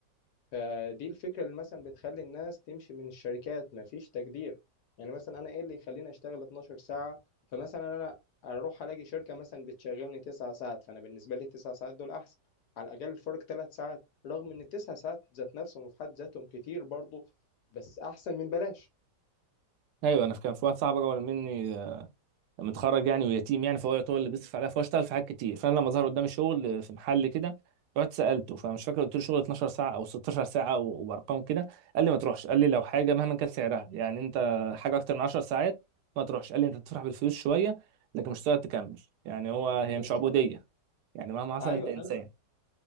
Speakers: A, on the left (about 70°); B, on the right (about 75°).
A: فدي الفكرة اللي مثلا بتخلي الناس تمشي من الشركات مفيش تقدير يعني مثلا أنا إيه اللي يخليني أشتغل 12 ساعة فمثلا أنا أروح ألاقي شركة مثلا بتشغلني 9 ساعات فأنا بالنسبة لي 9 ساعات دول أحسن على الأقل فرق 3 ساعات رغم إن التسع ساعات ذات نفسهم في حد ذاتهم كتير برضه بس أحسن من بلاش
B: ايوه انا كان في واحد صاحبي اكبر مني متخرج يعني ويتيم يعني فهو يعتبر اللي بيصرف عليها فهو اشتغل في حاجات كتير فانا لما ظهر قدامي شغل في محل كده رحت سالته فمش فاكر قلت له شغل 12 ساعه او 16 ساعه و- وارقام كده قال لي ما تروحش قال لي لو حاجه مهما كان سعرها يعني انت حاجه اكتر من 10 ساعات ما تروحش قال لي انت تفرح بالفلوس شويه لكن مش هتقدر تكمل يعني هو هي
A: بالظبط
B: مش عبوديه يعني مهما حصل
A: أيوه
B: انت انسان
A: أنا